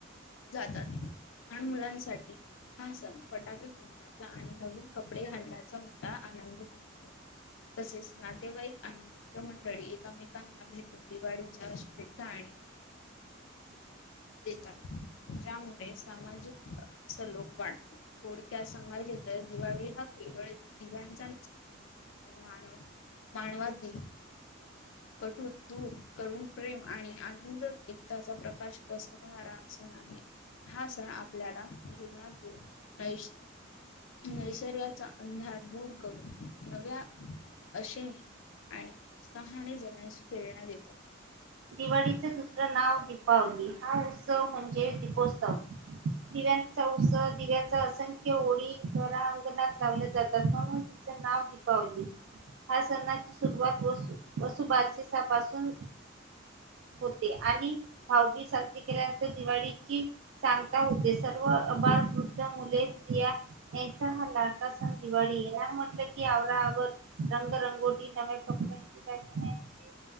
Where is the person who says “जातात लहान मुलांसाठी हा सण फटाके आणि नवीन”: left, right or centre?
Left